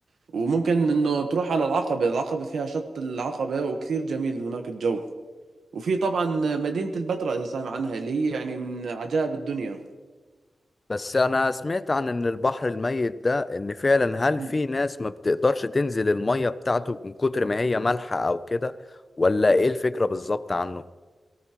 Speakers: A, on the right; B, on the left.
A: وممكن إنه تروح على العقبة العقبة فيها شط العقبة وكثير جميل هناك الجو وفي طبعا مدينة البتراء إذا سامع عنها اللي هي يعني من عجائب الدنيا
B: بس انا سمعت عن ان البحر الميت ده ان فعلا هل
A: مم.
B: في ناس ما بتقدرش تنزل المية بتاعته من كتر ما هي مالحة او كده ولا ايه الفكرة بالظبط عنه